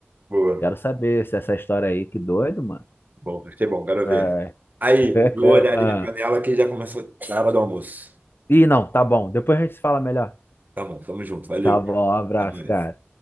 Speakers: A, on the right; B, on the left.
A: boa.
B: Quero saber se essa história aí, que doido, mano.
A: Bom, vai ser bom, quero ver.
B: É,
A: Aí, eu vou
B: é,
A: olhar ali
B: ah.
A: minha panela que já começou a hora do almoço.
B: Ih, não, tá bom. Depois a gente se fala melhor.
A: Tá bom, tamo junto, valeu.
B: Tá bom, um abraço,
A: Até mais.
B: cara.